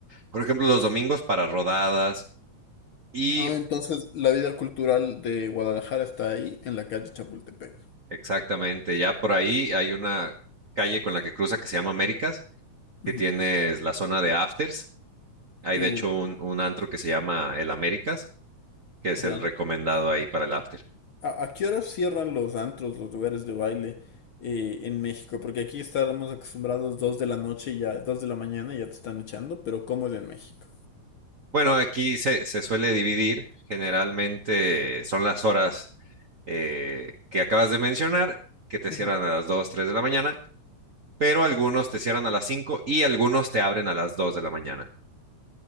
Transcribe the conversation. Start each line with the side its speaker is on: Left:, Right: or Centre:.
Right: por ejemplo, los domingos para rodadas. Y
Left: Ah, entonces la vida cultural de Guadalajara está ahí, en la calle Chapultepec.
Right: Exactamente, ya por ahí hay una calle con la que cruza que se llama Américas, que
Left: Ujú.
Right: tienes la zona de afters. Hay
Left: Uh,
Right: de hecho un, un antro que se llama el Américas, que es
Left: ya.
Right: el recomendado ahí para el after.
Left: ¿A, a qué hora cierran los antros, los lugares de baile eh, en México? Porque aquí estábamos acostumbrados dos de la noche y ya, dos de la mañana y ya te están echando, pero ¿cómo es en México?
Right: Bueno, aquí se, se suele dividir, generalmente son las horas eh, que acabas de mencionar, que te
Left: Ujú.
Right: cierran a las 2 3 de la mañana, pero algunos te cierran a las 5 y algunos te abren a las 2 de la mañana.